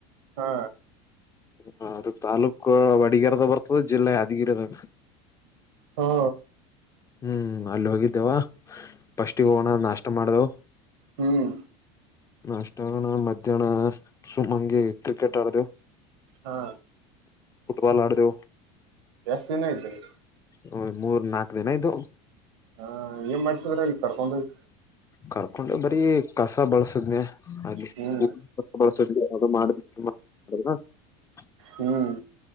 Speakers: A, on the right; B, on the left.
A: ಹಾ
B: ಹ ಅದು ತಾಲೂಕ ವಡಿಗರದಾಗ ಬರ್ತದೆ ಜಿಲ್ಲೆ ಯಾದಗಿರಿದಾಗ
A: ಹ್ಮ
B: ಹ್ಮ್ ಅಲ್ಲಿ ಹೋಗಿದ್ದೆವ ಫಸ್ಟಿಗ್ ಹೋಗಣ ನಾಷ್ಟ ಮಾಡು
A: ಹ್ಮ್
B: ನ ಅಷ್ಟಗಣ ಮಧ್ಯಾಹ್ನ ಸುಮಂಗಿ ಕ್ರಿಕೆಟ್ ಆಡ್ದವು
A: ಹಾ
B: ಫುಟ್ಬಲ್ ಆಡದೇವು
A: ಜಾಸ್ ದಿನ ಇದ್ರಿ
B: ಹ್ ಮೂರ್ ನಾಕು ದಿನ ಇಯ್ದು
A: ಹ ಏನ್ ಮಾಡ್ಸಿದ್ರ ಇಲ್ಲಿ ಕರ್ಕೊಂಡ ಹೋಗಿ?
B: ಕರ್ಕೊಂಡು ಬರೀ ಕಸ ಬಳಿಸಿದ್ವಿ <unintelligible>
A: ಹ್ಮ್ ಹ್ಮ್